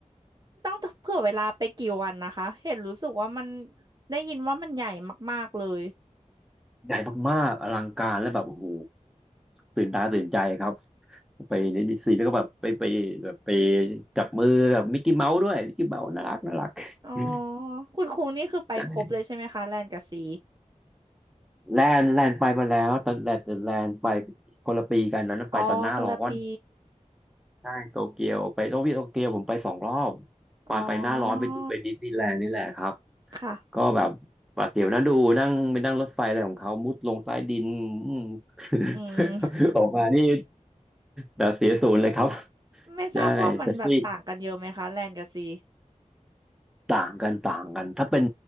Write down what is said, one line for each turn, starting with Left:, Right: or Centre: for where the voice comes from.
Right: ต้องเผื่อเวลาไปกี่วันนะคะ เห็นรู้สึกว่ามันได้ยินว่ามันใหญ่มากๆเลย
Centre: ใหญ่มากๆอลังการและแบบโอ้โหตื่นตาตื่นใจครับไปในดิสนีย์แล้วก็แบบไปไปแบบไปจับมือกับมิกกี้เมาส์ด้วยมิกกี้เมาส์น่ารักน่ารัก
Right: อ๋อ
Centre: <laughs>
Right: คุณครูนี่คือไปครบเลยใช่ไหมคะแลนกับซี
Centre: ใช่แลนด์แลนด์ไปมาแล้วตอนแลนด์แลนด์ไปคนละปีกันนั้นไปตอนหน้าร้อน
Right: อ๋อคนละปี
Centre: ใช่โตเกียวไปโตเกียวผมไปสองรอบตอนไปหน้าร้อนไปไปดิสนีย์แลนด์นี่แหละครับ
Right: อ๋อค่ะ
Centre: ก็แบบหวาดเสียวนะดูนั่งไปนั่งรถไฟอะไรของเขามุดลงใต้ดิน <laughs> อืม <laughs>
Right: อืม
Centre: ออกมานี่แบบเสียศูนย์เลยครับ
Right: ไม่ทราบว่ามันแบบต่างกันเยอะไหมคะแลนกับซี
Centre: ใช่แต่ที่ต่างกันต่างกันถ้าเป็น